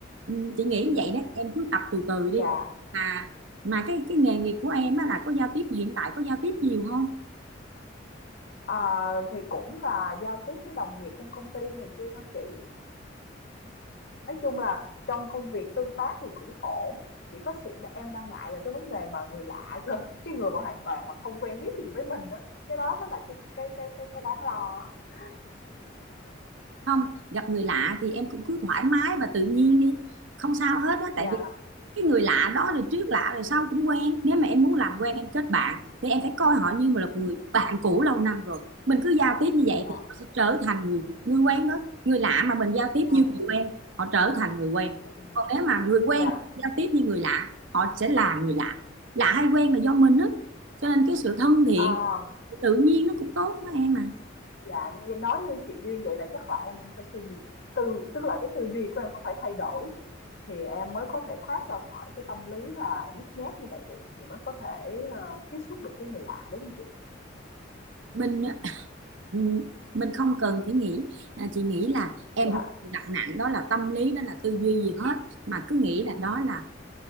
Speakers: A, on the right (about 85°); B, on the left (about 55°).
A: Ừ, chị nghĩ vậy đó em cứ tập từ từ
B: dạ.
A: đi mà mà cái cái nghề nghiệp của em á, là có giao tiếp hiện tại có giao tiếp nhiều không
B: À, thì cũng là giao tiếp với đồng nghiệp trong công ty này kia thôi chị nói chung là trong công việc tương tác thì cũng ổn chỉ có sự em đang ngại là cái vấn đề mà người lạ cơ <laughs> cái người mà hoàn toàn mà không quen biết gì với mình đó cái đó mới là cái cái cái cái cái đáng lo á
A: không gặp người lạ thì em cũng cứ thoải mái và tự nhiên đi không sao hết á
B: dạ
A: tại vì cái người lạ đó rồi tuyết lạ rồi sau cũng quen nếu mà em muốn làm quen em kết bạn thì em phải coi họ như một là người
B: Ừ.
A: bạn cũ lâu năm rồi mình cứ giao tiếp như vậy
B: dạ
A: thì họ sẽ trở thành người người quen đó người lạ mà mình giao tiếp
B: dạ
A: như người quen họ trở thành người quen
B: ừ,
A: còn nếu mà người quen
B: dạ
A: mà giao tiếp như người lạ họ sẽ là người lạ lạ hay quen là do mình á cho nên cái sự thân thiện
B: à,
A: tự nhiên nó cũng tốt đó em à
B: dạ như nói như chị Duyên vậy là chắc là em cũng phải suy nghĩ tư tức là cái tư duy của em cũng phải thay đổi thì em mới có thể thoát ra khỏi cái tâm lý là nhút nhát như vậy được thì mới có thể ờ, tiếp xúc được với người lạ đúng không chị?
A: mình ừm, mình không cần phải nghĩ à, chị nghĩ là em
B: Dạ,
A: không đặt nặng đó là tâm lý đó là tư duy gì hết mà cứ nghĩ là đó là